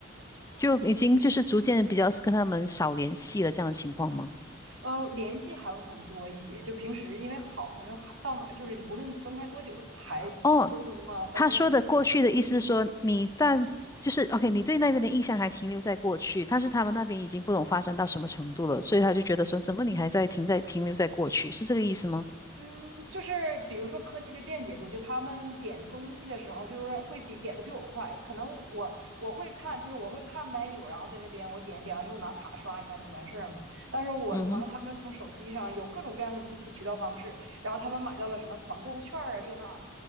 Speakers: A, on the left; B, on the right.
A: 就已经就是逐渐比较跟他们少联系了这样的情况吗？
B: 呃，联系还会很多一些。就平时因为好朋友还到哪儿，就是无论分开多久，还沟通啊都没有问题。
A: 哦，他说的过去的意思是说你但就是 OK，你对那边的印象还停留在过去，但是他们那边已经不懂发展到什么程度了，所以他就觉得说怎么你还在停在停留在过去，是这个意思吗？
B: 嗯，就是比如说科技的便捷度，就他们点东西的时候，就是会比点的比我快。可能我我会看，就是我会看 menu，然后在那边我点点完之后拿卡刷一下就完事儿嘛。但是我的朋友他们从手机上有各种各样的信息渠道方式，
A: 嗯哼，
B: 然后他们买到了什么团购券啊这那的，